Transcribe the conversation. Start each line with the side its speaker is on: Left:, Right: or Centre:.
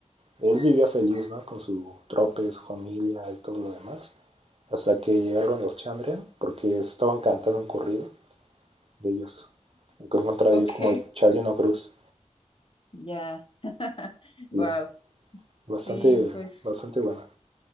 Right: Él vivía feliz, ¿no? Con su trope, su familia y todo lo demás. Hasta que llegaron los Chandrian, porque estaban cantando un corrido de ellos. En contra
Left: ok,
Right: de ellos como el Chalino Cruz.
Left: ya, wow.
Right: Y Bastante,
Left: Sí, pues
Right: bastante buena.